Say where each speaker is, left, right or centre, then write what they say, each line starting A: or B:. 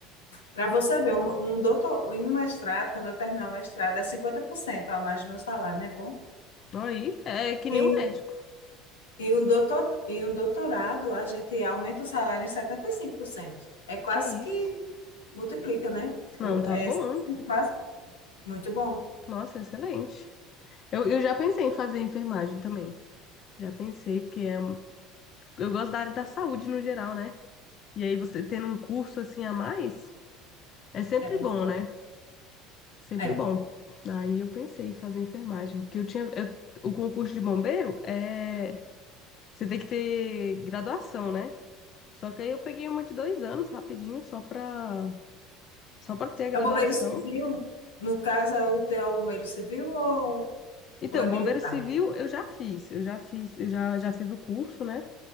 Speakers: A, on the left (about 90°); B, on the left (about 45°).
A: Para você ver, um, um doutor, em um mestrado, quando eu terminar o mestrado, é 50% a mais do meu salário, não é bom?
B: Aí, é que nem
A: E,
B: o médico.
A: e, um doutor, e um doutorado, a gente aumenta o salário em 75%. É quase
B: Que isso.
A: que multiplica, né?
B: Não,
A: O-
B: tá
A: É
B: bom.
A: quase muito bom.
B: Nossa, excelente. Eu, eu já pensei em fazer enfermagem também. Já pensei, porque é, um- eu gosto da área da saúde no geral, né? E aí você tendo um curso assim a mais, é sempre
A: É,
B: bom, né? Sempre
A: é.
B: bom. Aí eu pensei em fazer enfermagem, porque eu tinha, eu- o concurso de bombeiro é, você tem que ter graduação, né? Só que aí eu peguei uma de dois anos rapidinho, só pra, só pra ter a graduação.
A: É o bombeiro civil? No caso, é o teu bombeiro civil ou,
B: Então,
A: ou é militar?
B: bombeiro civil eu já fiz, eu já fiz, eu já, já fiz o curso, né?